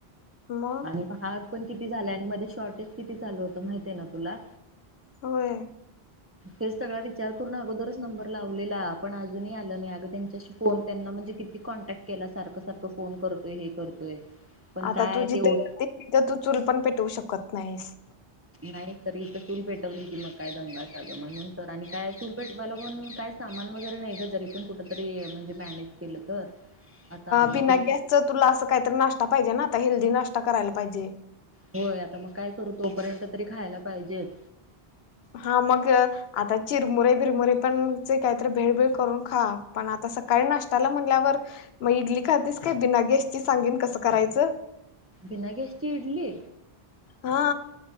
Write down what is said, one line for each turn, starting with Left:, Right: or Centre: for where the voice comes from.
Left: मग
Right: आणि पहा. पण किती झालंय आणि मध्ये शॉर्टेज किती चालु होतं माहिती आहे ना. तुला?
Left: होय.
Right: तेच सगळा विचार करून अगोदरच नंबर लावलेला पण अजूनही आलं नाही अग त्यांच्याशी फोन त्यांना म्हणजे किती कॉन्टॅक्ट केला सारखं सारखं फोन करतोय हे करतोय. पण
Left: आता
Right: काय
Left: तू जिथे
Right: ते ओ
Left: राहते तिथे तू चूल पण पेटवू शकत. नाईस.
Right: नाही तरी इथं चुल पेटवली की मग काय दंगाचा आग म्हणून तर आणि काय चुल पेटवायला पण काय सामान वगैरे नाही का जरी पण कुठ तरी म्हणजे मॅनेज केलं तर आता मग
Left: बिना
Right: ते
Left: गॅसच तुला असं काहीतरी नाश्ता पाहिजे ना. आता हेल्दी नाश्ता करायला पाहिजे.
Right: होय आता मग काय करू, तोपर्यंत तरी खायला पाहिजेच.
Left: हा मग आता चिरमुरे बिरमुरे पण चे काहीतरी भेळ बीळ करून. हा पण आता सकाळी नाष्टा म्हटल्यावर मग इडली खातीस का बिना गॅसची सांगीन कसं करायच?
Right: बिना गॅस ची इडली.
Left: हा.